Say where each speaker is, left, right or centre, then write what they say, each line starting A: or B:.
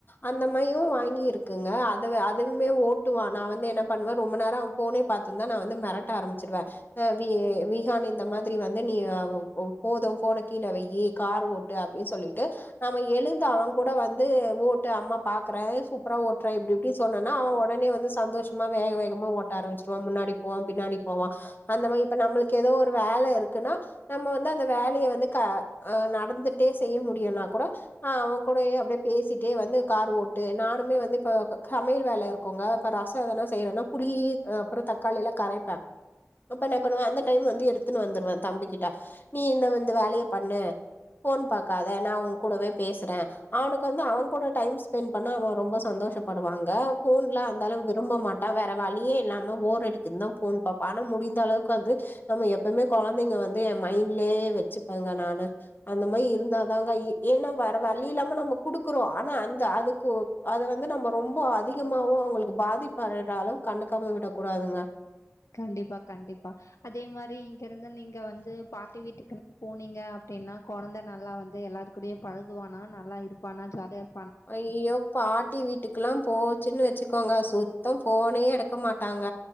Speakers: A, on the left (about 40°); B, on the left (about 65°).
A: அந்த மாயு வாங்கி இருக் இருக்குங்க அது அதுவுமே ஓட்டுவா நா வந்து என்ன பண்ணுவே ரொம்ப நேரொ அவெ ஃபோனே பாத்துர்ந்தா நா வந்து மெரட்ட ஆரம்பிச்சிடுவே அ வி விஹான் இந்த மாதிரி வந்து நீ போது ஃபோன கீழ வெயி கார் ஓட் டு அப்டின் சொல்லிட்டு நம்ம எழுந்து அவ கூட வந் து ஓட்டு அம்மா பாக்குறே சூப்பரா ஓட்டுற இப்டி இப்டி சொன்னெனா அவ ஒடனே வந்து சந்தோஷமா வேக வேகமா ஓட் ஆரமிச்சுருவா முன்னாடி போவா பின்னாடி போவா அந்த மாறி இப்ப நம்மளுக்கு ஏதோ ஒரு வேல இருக்குன்னா நம்ம வந்து அந்த வேலைய வந்து க அ நடந்துட்டே செய்ய முடியுன்னா கூட அ அவ கூடயே அப்டே பேசிட்டே வந்து கார் ஓட்டு நானுமே வந்து இப்ப சமையல் வேல இருக்குங்க இப்ப ரசொ எதனா செய்றேன்னா புளி அப்பறொ தக்காளில்லா கரைப்பே அப்பென்னா பண்ணுவா அந்த டைம் வந்து எடுத்துன்னு வந்துருவா தம்பிக்கிட்ட நீ இந்த வந்து வேலைய பண்ணு ஃபோன் பாக்காத நா உ கூடவே பேசுறே அவனுக் கு வந்து அவ கூட டைம் ஸ்பெண்ட் பண்ணா அவ ரொம்ப சந்தோஷப்படுவாங்க ஃபோன்ல அந் தளவு விரும்ப மாட்டா வேற வழியே இல்லாம போர் அடிக்குந் தா ஃபோன் பாப்பா ஆனா முடிந்த அளவுக்கு வந்து நம்ம எப்பய்மே கொழந்தெங்க வந்து என் மைண்ட்லே வச்சுப்பேங்க நானு அந்த மாரி இருந்தாதாங்க ஏன்னா வேற வழி இல்லாம நம்ம குடுக்குறோ ஆனா அந்த அதுக்கு அத வந்து நம்ம ரொம்ப அதிகமாவு அவுங்களுக்கு பாதிப் <unintelligible> கண்டுக்காம விட கூடாதுங்க
B: கண்டிப்பா கண்டிப்பா அதே மாரி இங்கெருந்து நீங்க வந்து பாட்டி வீட்டுக்கினு போனீங்க அப்டின்னா கொழந்த நல்லா வந்து எல்லாரு கூடயே பழகுவானா நல்லா இருப்பானா ஜாலியா இரு
A: அய்யயோ பாட்டி வீட் ட்டுக்குலா போச்சுன்னு வச்சுக்கோங்க சுத்தம் ஃபோனே எடுக்க மாட்டாங்க